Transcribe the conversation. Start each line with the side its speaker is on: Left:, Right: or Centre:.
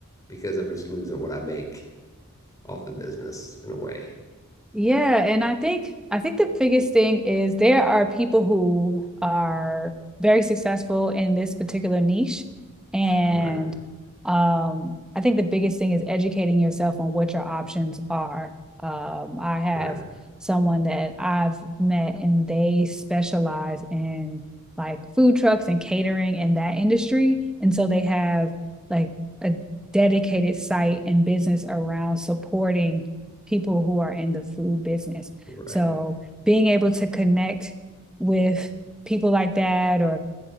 Left: Because I'm just losing what I make off the business in a way.
Centre: Yeah, and I think I think the biggest thing is there are people who are very successful in this particular niche, and
Left: Right.
Centre: um, I think the biggest thing is educating yourself on what your options are. Um, I have
Left: Right.
Centre: someone that I've met, and they specialize in like food trucks and catering in that industry, and so they have like a dedicated site and business around supporting people who are in the food business.
Left: Right.
Centre: So being able to connect with people like that or